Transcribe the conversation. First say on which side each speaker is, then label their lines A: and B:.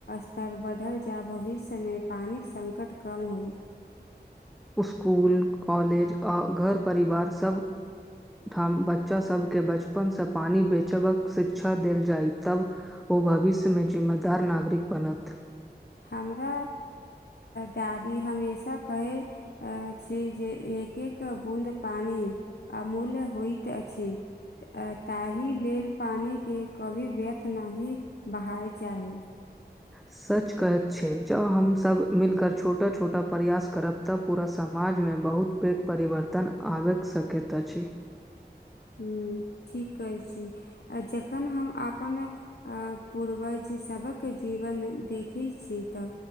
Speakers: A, on the left; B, in the centre.
A: स्तर बढ़ल जा भविष्य मे पानिक संकट कम होइत
B: स्कुल कॉलेज आ घर परिवार सबब ठाम बच्चा सबके बचपन से पानी बेचबक शिक्षा देल जाय तब ओ भविष्यमे जिम्मेदार नागरिक बनत
A: हमरा दादी हमेशा कहै अ छै जे एक एक बूद पानी अमूल्य होइत अछि ताहि लेल पानिके कभी व्यर्थ नहि बहाय चाही
B: सच कहैत छै जँ हमसभ मिलकर छोटा छोटा प्रयास करब तऽ पूरा समाजमे बहुत पैघ परिवर्तन आबि सकैत अछि
A: ह ठीक कहै छी आ जखन हम अपन अ पूर्वज सभक जीवन देखैत छीिय तऽ